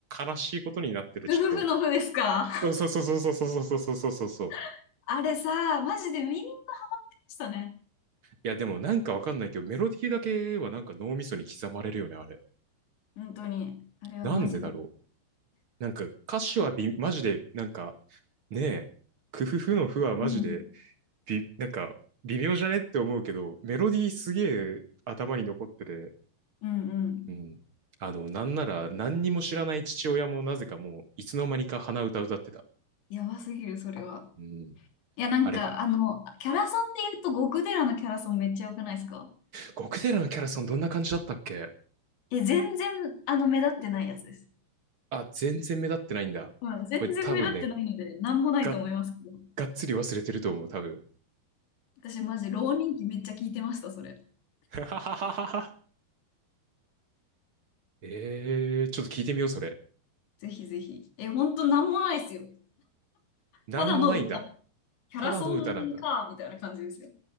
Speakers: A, on the right (about 55°); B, on the left (about 90°).
A: 悲しいことになってて、
B: ふふふのふですか。
A: ちょっと、そうそうそうそうそうそうそうそうそうそう。
B: <laughs> あれさ、マジでみんなでしたね。
A: いや、でもなんかわかんないけど、メロディーだけはなんか脳みそに刻まれるよね、あれ。
B: 本当に。あれはマジで。
A: なんでだろう。なんか歌詞はび、マジで、なんか、ねえ、クフフのフはマジで、
B: うん
A: び、なんか、微妙じゃねって思うけど、メロディーすげえ頭に残ってて、
B: うんうん。
A: うん。あの、なんなら何にも知らない父親もなぜかもう、いつの間にか鼻歌歌ってた。
B: やばすぎる、それは。
A: うん。
B: いや、なんか、
A: あれ、
B: あの、キャラソンで言うと、極寺のキャラソンめっちゃ良くないですか
A: ゴクテラのキャラソンどんな感じだったっけ
B: え、全然、あの、目立ってないやつです。
A: あ、全然目立ってないんだ。
B: うん、全然目立ってないので、
A: これ多分ね、
B: なんもないと思いますけど。
A: がっがっつり忘れてると思う、多分。
B: 私マジ浪人期めっちゃ聞いてました、それ。
A: <laughs> えー、ちょっと聞いてみよう、それ。
B: ぜひぜひ。え、ほんとなんもないですよ。
A: なんもないんだ。
B: ただの歌。キャラソンか、
A: ただの歌なんだ。
B: みたいな感じですよ。